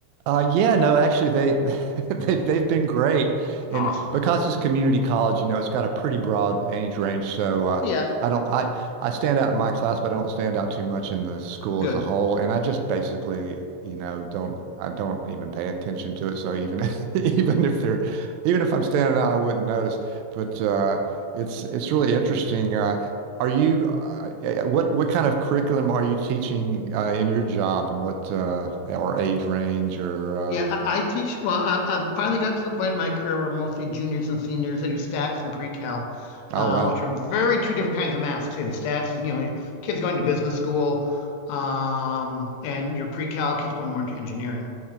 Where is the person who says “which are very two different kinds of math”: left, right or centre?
Left